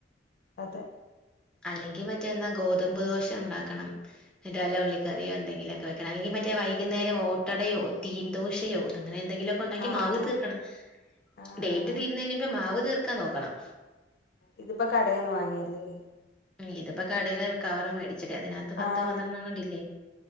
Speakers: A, on the left; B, in the centre.
A: അതെ
B: അല്ലെങ്കി മറ്റേ എന്താ ഗോതമ്പ് ദോശ ഉണ്ടാക്കണം എന്നിട്ട് വല്ല ഉള്ളിക്കറിയോ എന്തെങ്കിലൊക്കെ വെക്കണം അല്ലെങ്കി മറ്റേ വൈകിന്നേരം ഓട്ടടയോ തീൻദോശയോ അങ്ങനെ എന്തെങ്കിലൊ ഒണ്ടാക്കി
A: ആഹ്
B: മാവ് തീർക്കണം
A: ആഹ്
B: ഡേറ്റ്
A: ആഹ്
B: തീരുന്നെനുമ്പ് മാവ് തീർക്കാൻ നോക്കണം
A: ഇതിപ്പോ കടേന്ന് വാങ്ങിയല്ലേ
B: ഇതിപ്പോ കടയില് കവറ് മേടിച്ചിട്ടതിനകത്ത് പത്തോ
A: ആഹ്
B: പന്ത്രണ്ടെങ്ങാണ്ടില്ലേ
A: മറ്റേ